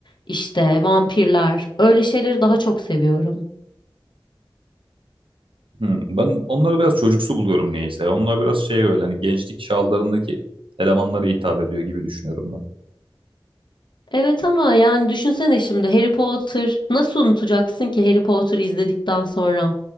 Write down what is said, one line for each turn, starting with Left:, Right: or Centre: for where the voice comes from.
Left: İşte vampirler, öyle şeyleri daha çok seviyorum.
Right: Hmm, ben onları biraz çocuksu buluyorum niyeyse. Onlar biraz şey böyle hani gençlik çağlarındaki elemanlara hitap ediyor gibi düşünüyorum ben.
Left: Evet ama yani düşünsene şimdi Harry Potter nasıl unutacaksın ki Harry Potter izledikten sonra?